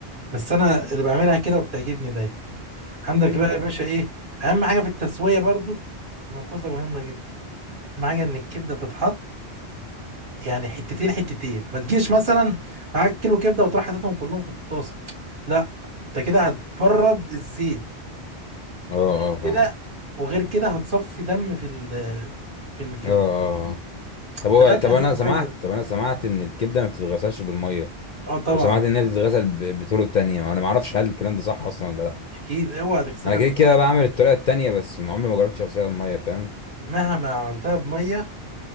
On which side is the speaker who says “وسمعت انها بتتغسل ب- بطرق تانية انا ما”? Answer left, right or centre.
Left